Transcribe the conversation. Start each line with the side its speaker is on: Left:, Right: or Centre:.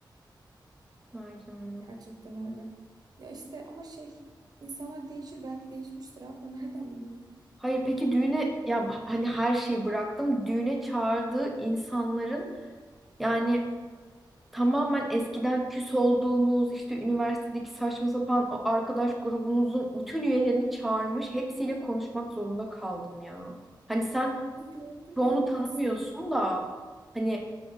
Centre: Vay canına.
Right: Gerçekten öyle. Ya işte ama şey insanlar değişir belki değişmiştir abla nereden bileyim.
Centre: Hayır peki düğüne ya b- hani her şeyi bıraktım. Düğüne çağırdığı insanların yani tamamen eskiden küs olduğumuz işte üniversitedeki saçma sapan o arkadaş grubumuzun bütün üyelerini çağırmış. Hepsiyle konuşmak zorunda kaldım ya. Hani sen
Right: Ve gördüm
Centre: çoğunu
Right: ya
Centre: tanımıyorsun
Right: ben sizi.
Centre: da hani